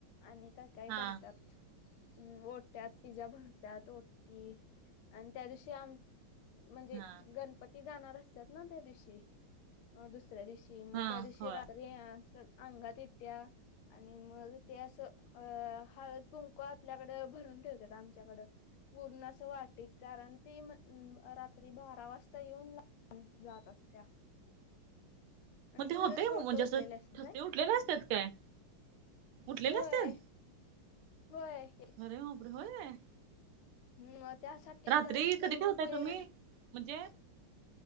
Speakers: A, on the left (about 80°); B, on the right (about 85°).
A: आणि काय? काय
B: हां,
A: करतात. हम ओट्यात तिज्या भरत्यात ओटी आणि त्या दिवशी आम म्हणजे
B: हां,
A: गणपती जाणार असत्यात ना त्या दिवशी अ दुसऱ्या दिवशी. मग
B: हां,
A: त्या दिवशी
B: होय.
A: रात्री अंगात येत्या आणि मग ते अस, अ हळद कुंकू आपल्याकडे भरून ठेवतेात आमच्याकड. पूर्ण अस वाटीत. कारण ते रात्री बारा वाजता येऊन जात असत्या. आणि
B: मग ते
A: खरंच
B: होतेय
A: बोट
B: मग म्हणजे,
A: उठलेले
B: अस
A: असतात
B: ठस
A: बाई
B: उठलेले असतात काय? उठलेले
A: होय
B: असत्यात.
A: होय
B: अरे बापरे! होय.
A: ह त्यासाठी
B: रात्री
A: तर अस पूर्ण
B: कधी ठेवताय
A: प्लेन
B: तुम्ही? म्हणजे